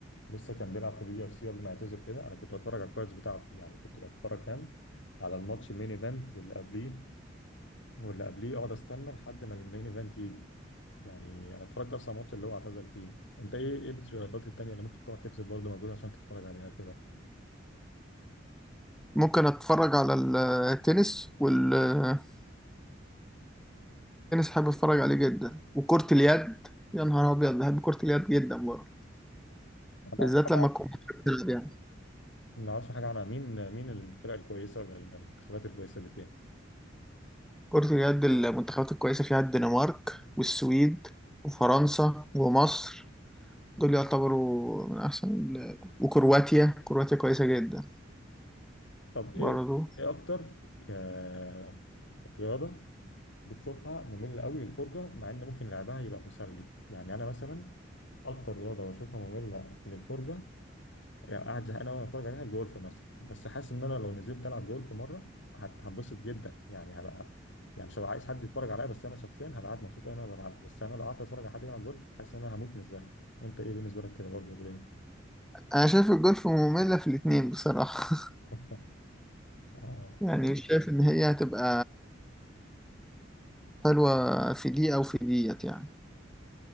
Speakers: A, on the left; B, in the centre.
A: لسه كان بيلعب في اليو اف سي قبل ما يعتزل كده انا كنت بتفرج على الكاردز بتاعته يعني كنت بتفرج فاهم على الماتش المين ايفنت واللي قبليه واللي قبليه اقعد استنى لحد ما المين ايفنت يجي يعني انا اتفرجت اصلا على الماتش اللي هو اعتزل فيه انت ايه ايه الرياضات التانية اللي ممكن تقعد تبذل برضه مجهود عشان تتفرج عليها كده
B: ممكن اتفرج على التنس والتنس حابب اتفرج عليه جدا وكرة اليد يا نهار ابيض بحب كرة اليد جدا برضه
A: أنا ما
B: بالذات
A: اعرفش حاجه
B: لما تكون مصر بتلعب يعني
A: ما اعرفش حاجه عنها مين مين الفرق الكويسه ولا المنتخبات الكويسه اللي فيها
B: كرة اليد المنتخبات الكويسة فيها الدنمارك والسويد وفرنسا ومصر دول يعتبروا من احسن ال... وكرواتيا كرواتيا كويسة جدا
A: طب ايه
B: برضه
A: ايه اكتر آه، رياضه بتشوفها ممله قوي للفرجه مع ان ممكن لعبها يبقى مسلي يعني انا مثلا اكتر رياضه بشوفها ممله للفرجه يعني قاعد زهقان أوي وأنا بتفرج عليها الجولف مثلا بس حاسس إن أنا لو نزلت ألعب جولف مرة هت- هتبسط جدا يعني هبقى يعني مش هبقى عايز حد يتفرج عليا بس أنا شخصيا هبقى قاعد مبسوط أوي إن أنا بلعب بس أنا لو قعدت أتفرج على حد بيلعب جولف حاسس إن أنا هموت من الزهق أنت إيه بالنسبة لك كده برضه قول إيه؟
B: انا شايف الجولف مملة في الاتنين بصراحة
A: <laughs> آه.
B: يعني مش شايف ان هي هتبقى حلوة في دي أو في ديت يعني